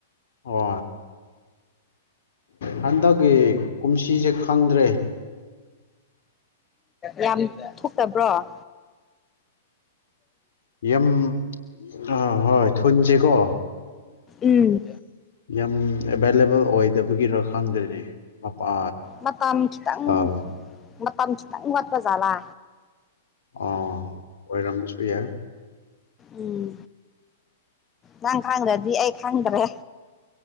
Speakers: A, on the left; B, on the left.
A: ꯑꯣ ꯍꯟꯗꯛꯀꯤ ꯀꯨꯝꯁꯤꯁꯦ ꯈꯪꯗ꯭ꯔꯦ
B: ꯌꯥꯝ ꯊꯣꯛꯇꯕ꯭ꯔꯣ
A: ꯌꯥꯝ ꯑ ꯍꯣꯏ ꯊꯨꯟꯁꯦꯀꯣ
B: ꯎꯝ
A: ꯌꯥꯝ ꯑꯦꯚꯥꯏꯂꯦꯕꯜ ꯑꯣꯏꯗꯕꯒꯤꯔ ꯈꯪꯗ꯭ꯔꯦꯅꯦ ꯃꯄꯥ
B: ꯃꯇꯥꯝ ꯈꯤꯇꯪ
A: ꯑꯥ
B: ꯃꯇꯝ ꯈꯤꯇꯪ ꯋꯥꯠꯄ ꯖꯥꯠꯂꯥ
A: ꯑꯣ ꯑꯣꯏꯔꯝꯕꯁꯨ ꯌꯥꯏ
B: ꯎꯝ ꯅꯪ ꯈꯥꯡꯗꯔꯗꯤ ꯑꯩ ꯈꯪꯗꯔꯦ